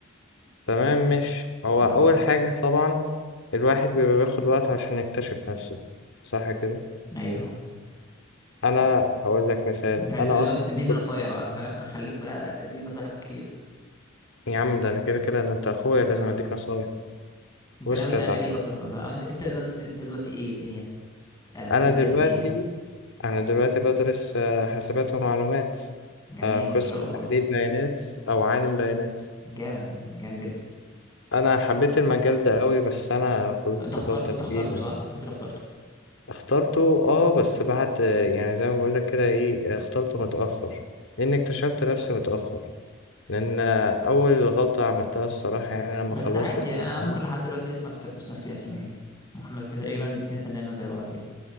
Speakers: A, on the left; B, on the left.
A: تمام مش هو
B: قول
A: اول حاجه طبعا الواحد بيبقى بياخد وقته عشان يكتشف نفسه صح كده
B: ايوه
A: فانا هقول لك مثال
B: انت انت
A: انا
B: دلوقتي
A: اصلا
B: بتديني
A: كنت
B: نصايح بقى فاهم هخليك بقى اديني نصايح كتير
A: يا عم ده انا كده كده ده انت اخويا
B: بقى
A: لازم اديك نصايح
B: انت
A: بص
B: ناوي تعمل
A: يا صاحبي
B: ايه اصلا في المسابقه انت انت دلوقتي انت دلوقتي ايه الدنيا آه بتدرس
A: انا دلوقتي
B: ايه
A: انا دلوقتي بدرس آه، حاسبات ومعلومات
B: جميل
A: آه، قسم
B: ما شاء الله
A: تحليل بيانات او عالم بيانات
B: جامد جامد جدا
A: انا حبيت المجال ده قوي بس انا غلطت
B: انت اخترت
A: غلطة
B: انت
A: كبيرة
B: اخترته صح انت اللي اخترته
A: اخترته اه بس بعد يعني زي ما بقول لك كده ايه اخترته متأخر لان اكتشفت نفسي متأخر لان اول غلطة عملتها الصراحة يعني لما
B: بس
A: خلصت
B: عادي
A: الثانوية
B: يعني انا ممكن
A: عامة
B: لحد دلوقتي لسه ما اكتشفتش نفسي 100% واحنا الاثنين تقريبا الاثنين سننا زي بعض يعني